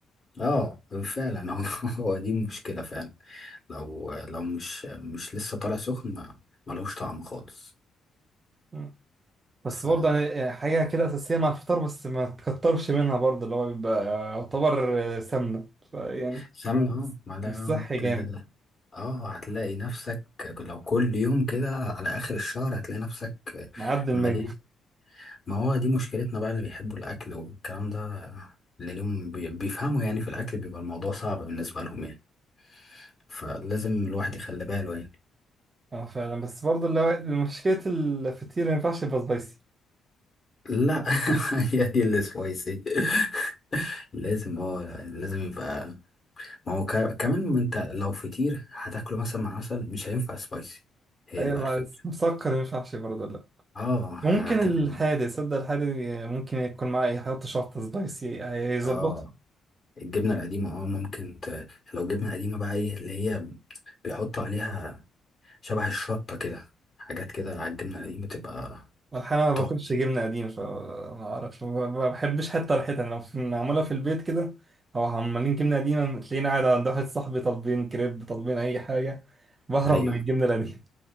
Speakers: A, on the left (about 35°); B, on the right (about 30°).
A: اه فعلا هو <laughs> هو دي مشكلة فعلا لو لو مش مش لسه طالع سخن ما ملوش طعم خالص
B: مم. بس
A: ف
B: برضه يعني يعني حاجة كده أساسية مع الفطار بس ما تكترش منها برضه اللي هو بيبقى يعتبر سمنة فيعني
A: سمنة اه ما ده
B: مش صحي جامد
A: ده- ده- اه هتلاقي نفسك لو كل يوم كده على آخر الشهر هتلاقي نفسك
B: معدي المية
A: مليء ما هو دي مشكلتنا بقى اللي بيحبوا الأكل والكلام ده اللي لهم بي- بيفهموا يعني في الأكل بيبقى الموضوع صعب بالنسبة لهم يعني فلازم الواحد يخلي باله يعني
B: اه فعلا بس برضه اللي هو مشكلة الفطير ما ينفعش يبقى سبايسي
A: لا <laughs> هي دي اللي سويسي <laughs> لازم اه لازم يبقى ما هو ك... كمان ما انت لو فطير هتاكله مثلا مع عسل مش هينفع سبايسي هي
B: أي
A: دي
B: اللي
A: بقى الفكرة
B: عايز مسكر ما ينفعش برضه لا
A: اه هتبقى
B: ممكن الحادق صدق الحادق ممكن يكون معاه يحط شطة سبايسي هيظبطه
A: اه الجبنة القديمة اه ممكن ت... لو جبنة قديمة بقى ايه اللي هي بيحطوا عليها شبه الشطة كده حاجات كده على الجبنة دي بتبقى
B: احيانا ما
A: تحفة
B: باكلش جبنه قديم فما اعرفش ما ب- ما بحبش حتى ريحتها يعني لو في- معموله في البيت كده او عمالين جبنه قديمه تلاقيني قاعد عند واحد صاحبي طالبين كريب طالبين اي حاجه بهرب
A: أيوه
B: من الجبنه القديمه